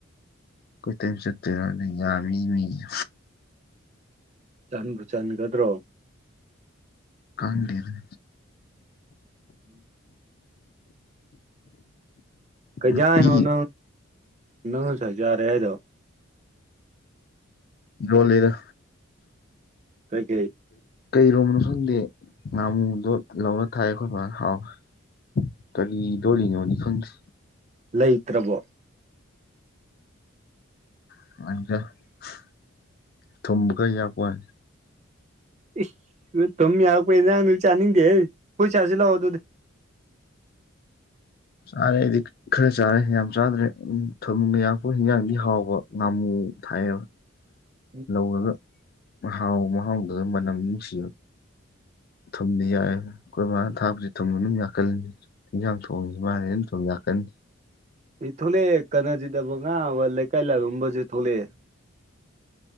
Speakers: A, on the left (about 45°); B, on the right (about 35°).
A: ꯑꯈꯣꯏ ꯏꯇꯩꯃ ꯆꯠꯇꯣꯏꯔꯥꯅꯦ ꯌꯥꯝꯃꯤ ꯃꯤꯁꯤ꯫
B: ꯆꯟꯕꯨ ꯆꯟꯒꯗ꯭ꯔꯣ꯫
A: ꯀꯥꯡꯗꯦꯅꯦ꯫
B: ꯎꯝ꯫ ꯀꯩ ꯏꯖꯥ
A: ꯅꯨꯄꯤ
B: ꯍꯥꯏꯅꯣ ꯅꯪ ꯅꯪ ꯆꯥꯔꯦ ꯍꯥꯏꯗꯣ꯫
A: ꯏꯔꯣꯜꯂꯤꯗ꯫
B: ꯀꯩ ꯀꯩ꯫
A: ꯀꯩ ꯏꯔꯣꯝꯕꯅꯣ ꯈꯪꯗ ꯉꯥꯃꯨꯗꯣ ꯂꯧꯔ ꯊꯥꯏ ꯑꯩꯈꯣꯏ ꯕꯥꯅ ꯍꯥꯎꯋꯦ꯫ ꯀꯔꯤ ꯏꯔꯣꯜꯂꯤꯅꯣꯗꯤ ꯈꯪꯗꯦ꯫
B: ꯂꯩꯇ꯭ꯔꯕꯣ꯫
A: <unintelligible> ꯊꯨꯝ ꯈꯔ ꯌꯥꯛꯄꯒꯤ ꯋꯥꯅꯤ꯫
B: ꯢꯁ ꯊꯨꯝ ꯌꯥꯛꯄ ꯑꯦꯟꯖꯥꯡꯗꯨꯗꯤ ꯆꯥꯅꯤꯡꯗꯦ ꯍꯦ ꯑꯈꯣꯏ ꯆꯥꯁꯤ ꯂꯥꯛꯑꯣ ꯑꯗꯨꯗꯤ꯫
A: ꯆꯥꯔꯦ ꯑꯩꯗꯤ꯫ ꯈꯔ ꯆꯥꯔꯦ ꯌꯥꯝ ꯆꯥꯗ꯭ꯔꯦ ꯎꯝ ꯊꯣꯝꯒ ꯌꯥꯛꯄ ꯍꯤꯟꯖꯥꯡꯗꯤ ꯍꯥꯎꯕ ꯉꯥꯃꯨ ꯊꯥꯏꯑꯕ꯫
B: <unintelligible>
A: ꯂꯧꯔꯒ ꯃꯍꯥꯎ ꯃꯍꯥꯎꯗꯨꯒ ꯃꯅꯝ ꯅꯨꯡꯁꯤꯕ꯫ ꯊꯨꯝꯗꯤ ꯌꯥꯏ ꯑꯩꯈꯣꯏ ꯕꯥꯅ ꯊꯥꯛꯄꯁꯤ ꯊꯨꯝꯕ ꯑꯗꯨꯝ ꯌꯥꯛꯀꯜꯂꯤ꯫ ꯏꯟꯖꯥꯡ ꯊꯣꯡꯕꯁꯤ ꯃꯥꯍꯦ ꯑꯗꯨꯝ ꯊꯣꯝ ꯌꯥꯛꯀꯅꯤ꯫
B: ꯑꯦ ꯊꯣꯛꯂꯛꯑꯦ ꯀꯅꯖꯤꯠꯑꯕ ꯑꯉꯥꯑꯕ ꯂꯩꯀꯥꯏ ꯂꯥꯂꯨꯝꯕꯁꯦ ꯊꯣꯛꯂꯛꯑꯦ꯫